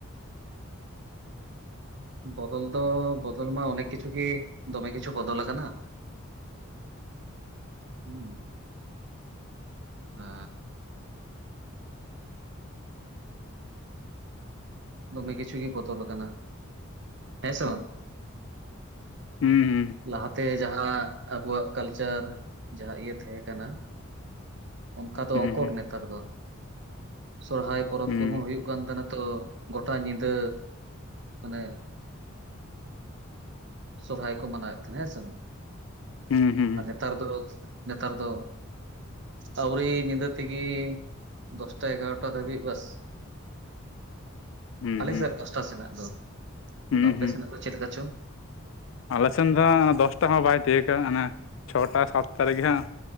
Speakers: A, on the right; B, on the left.
A: ᱵᱚᱫᱚᱞ ᱫᱚ ᱵᱚᱫᱚᱞ ᱢᱟ ᱚᱱᱮᱠ ᱠᱤᱪᱷᱩ ᱜᱮ ᱫᱚᱢᱮ ᱠᱤᱪᱷᱩ ᱵᱚᱫᱚᱞ ᱟᱠᱟᱱᱟ ᱦᱩᱸ ᱟᱻ ᱫᱚᱢᱮ ᱠᱤᱪᱷᱩ ᱜᱮ ᱵᱚᱫᱚᱞ ᱟᱠᱟᱱᱟ ᱦᱮᱸ ᱥᱮ ᱵᱟᱝ
B: ᱦᱩᱸ ᱦᱩᱸ
A: ᱞᱟᱦᱟᱛᱮ ᱡᱟᱦᱟᱸ ᱟᱵᱚᱣᱟᱜ ᱠᱟᱞᱪᱟᱨ ᱡᱟᱦᱟᱸ ᱤᱭᱟᱹ ᱛᱟᱦᱮᱸ ᱠᱟᱱᱟ ᱚᱱᱠᱟ ᱫᱚ
B: ᱦᱩᱸ
A: ᱚᱠᱚᱨ ᱱᱮᱛᱟᱨ ᱫᱚ ᱥᱚᱨᱦᱟᱭ ᱯᱚᱨᱚᱵᱽ
B: ᱦᱩᱸ
A: ᱠᱚᱦᱚᱸ ᱦᱩᱭᱩᱜ ᱠᱟᱱᱟ ᱦᱩᱭᱩᱜ ᱠᱟᱱ ᱛᱟᱦᱮᱸ ᱛᱚ ᱜᱚᱴᱟ ᱧᱤᱫᱟᱹ ᱢᱟᱱᱮ ᱥᱚᱨᱦᱟᱭ ᱠᱚ ᱢᱟᱱᱟᱣᱮᱫ ᱛᱟᱦᱮᱸ ᱦᱮᱸᱥᱮ
B: ᱦᱮᱸ ᱦᱩᱸ
A: ᱛᱟᱨᱯᱚᱨᱮ ᱱᱮᱛᱟᱨ ᱫᱚ ᱟᱹᱣᱨᱤ ᱧᱤᱫᱟᱹ ᱛᱮᱜᱮ ᱫᱚᱥᱴᱟ ᱮᱜᱟᱨᱚᱴᱟ ᱫᱷᱟᱹᱵᱤᱡ ᱵᱟᱥ
B: ᱦᱩᱸ
A: ᱟᱞᱮ
B: ᱦᱩᱸ ᱦᱩᱸ
A: ᱥᱮᱫ ᱯᱟᱥᱴᱟ ᱥᱮᱱᱟᱜ ᱫᱚ ᱟᱫᱚ
B: ᱦᱩᱸ
A: ᱟᱯᱮ
B: ᱦᱩᱸ
A: ᱥᱮᱱᱟᱜ ᱫᱚ ᱪᱮᱫ ᱞᱮᱠᱟ ᱪᱚᱝ
B: ᱟᱞᱮ ᱥᱮᱱ ᱫᱚ ᱦᱟᱸᱜ ᱫᱚᱥᱴᱟ ᱦᱚᱸ ᱵᱟᱭ ᱛᱤᱭᱩᱜᱟ ᱚᱱᱮ ᱪᱷᱚᱴᱟ ᱥᱟᱛᱴᱟ ᱨᱮᱜᱮ ᱦᱟᱸᱜ